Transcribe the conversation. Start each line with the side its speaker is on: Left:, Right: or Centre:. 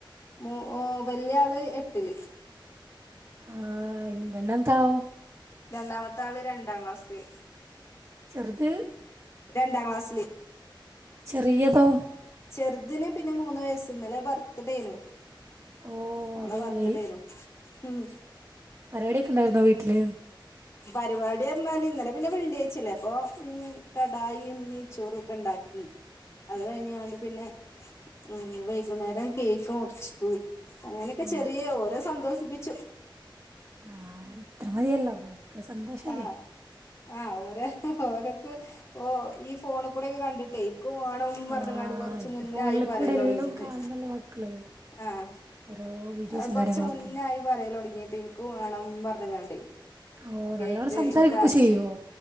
Left: ഓഹ് ഓഹ് വല്യാള് എട്ടില്
Right: ആഹ് രണ്ടാമത്തെ ആളൊ
Left: രണ്ടാമത്തെ ആള് രണ്ടാം ക്ലാസില്
Right: ചെറുത്
Left: രണ്ടാം ക്ലാസ്സില്
Right: ചെറിയതോ
Left: ചെറുതിന് പിന്നെ മൂന്ന് വയസ് ഇന്നലെ ബർത്ത്ഡേയ്നു
Right: ഓ
Left: മോളെ
Right: അടിപൊളി
Left: ബർത്ത്ഡേനു ഉം
Right: പരിപാടിയൊക്കെ ഉണ്ടായിര്ന്നോ വീട്ടില്
Left: പരിപാടി എന്നാല് ഇന്നലെ പിന്നെ വെള്ളിയാഴ്ച്ചെല്ലെ അപ്പ ഉം കടായിയും നെയ്ച്ചോറോക്കെ ണ്ടാക്കി
Right: <inaudible>
Left: അത് കഴിഞ്ഞാണ്ട് പിന്നെ ഉം വൈകുന്നേരം കേക്ക് മുറിച്ച് അങ്ങനെക്ക
Right: ഓ
Left: ചെറിയ ഓരെ സന്തോഷിപ്പിച്ചു
Right: ആഹ് അത്ര മതിയല്ലോ അത്ര സന്തോഷല്ലേ
Left: ആഹ് ആഹ് ഓരെ ഓരോക്ക് ഓഹ് ഈ ഫോണി കൂടെക്കെ കണ്ടി ട്ട് കേക്ക് വാണം പറഞ്ഞ്ങ്ങാണ്ട്
Right: ആ
Left: കൊറച്ച്
Right: ഇപ്പൊ
Left: മുന്നായി
Right: ഫോണിൽ
Left: പറയലോടങ്ങിട്ട്
Right: കൂടെ എല്ലാം കാണുന്നല്ലേ മക്കള്
Left: ആഹ്
Right: ഓരോ വീഡിയോസും
Left: അത് കൊറച്ച്
Right: കാര്യങ്ങളൊക്കെ
Left: മുന്നായി പറയലോടങ്ങിട്ട് ഇനിക്കും വേണം പറഞ്ഞ്ങ്ങാണ്ട്
Right: ഓ
Left: കേക്ക്
Right: നല്ലോണം സംസാരിക്കൊക്കെ
Left: എനിക്കാ
Right: ചെയ്യുവോ